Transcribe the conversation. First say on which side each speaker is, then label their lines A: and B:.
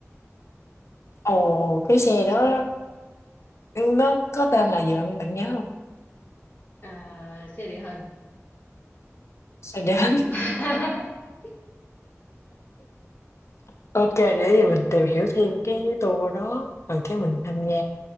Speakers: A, on the left; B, on the left.
A: ồ cái xe đó nó có tên là gì bạn bạn nhớ không
B: À, xe địa hình.
A: xe đến
B: <laughs>
A: <laughs> ok để gì mình tìm hiểu thêm cái tour đó rồi cái mình tham gia